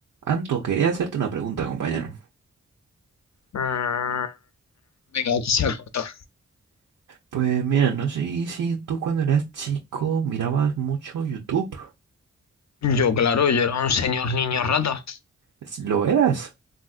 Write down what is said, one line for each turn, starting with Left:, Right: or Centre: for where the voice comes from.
Right: Anto, quería hacerte una pregunta, compañero.
Left: Mm, venga, aquí se ha cortado.
Right: Pues mira, no sé si tú cuando eras chico mirabas mucho YouTube.
Left: Yo, claro, yo era un señor niño rata.
Right: Es- ¿Lo eras?